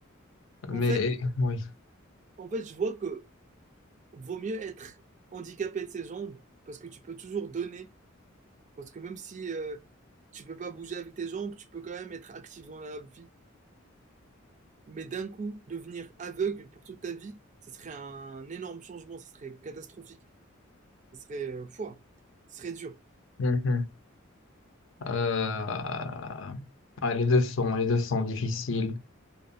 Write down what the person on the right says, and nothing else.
En
fait,
en fait, je vois que vaut mieux être handicapé de ses jambes parce que tu peux toujours donner. Parce que même si euh, tu peux pas bouger avec tes jambes, tu peux quand même être actif dans la vie. Mais d'un coup, devenir aveugle pour toute ta vie, ce serait un énorme changement, ce serait catastrophique, ce serait euh, fouah, ce serait dur.